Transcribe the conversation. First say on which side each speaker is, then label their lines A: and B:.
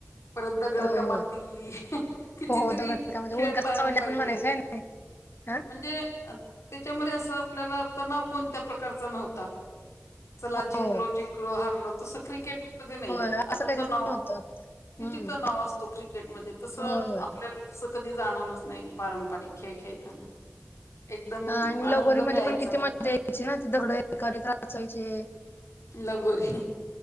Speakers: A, on the left (about 80°); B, on the left (about 50°).
A: परत दगड
B: होय
A: का माती
B: होय
A: कितीतरी
B: हो हो दगड का म्हणजे
A: खेळ
B: ऊन कसा
A: पारंपरिक
B: सावली पण म्हणायचं
A: आहे.
B: ना हा
A: म्हणजे त्याच्यामध्ये असं आपल्याला तणाव कोणत्या प्रकारचा नव्हता. चला जिंकलो
B: हो
A: जिंकलो हारलो तसं क्रिकेटमध्ये नाही
B: होय
A: आता
B: असं कधीच
A: तर नाव
B: नव्हतं
A: किती
B: हम्म
A: तणाव असतो क्रिकेट मध्ये, तसं
B: होय होय
A: आपल्याला तसं कधी जाणवलंच नाही, पारंपरिक खेळ खेळताना. एकदम
B: हा आणि
A: आनंद
B: लगोरीमध्ये
A: मिळायचा
B: पण किती मजा यायची ना ती दगडं एकावर एक रचायचे.
A: लगोरी